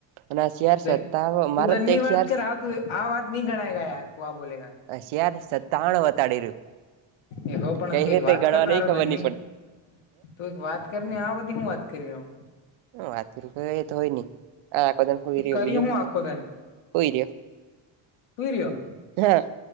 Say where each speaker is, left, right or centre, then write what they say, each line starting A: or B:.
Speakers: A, on the right (about 85°); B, on the left (about 80°).
A: અને શિયારસ
B: ધન
A: ત
B: તું
A: મારો
B: ધનની
A: <unintelligible>
B: વાત
A: શારસ
B: કર હા તું આ વાત ની ઘાયે ગ યાર તો આ બોલેગા
A: હશયાર સત્તાણું વતાડી રહ્યું
B: એ હો પણ
A: કઈ
B: કઈક
A: રીતે
B: વાત
A: ગણવા
B: કર તારા
A: નઈ ખબર
B: ધનની
A: નની પડ
B: તું એક વાત કરીને આ બધી હું વાત કરી રહ્યો.?
A: હ આ તો હોય નહી આ આ રહ
B: તે કરી
A: બીજું
B: હું આખો
A: તો હો રહ્યો,
B: સુૂર્ય.
A: હા.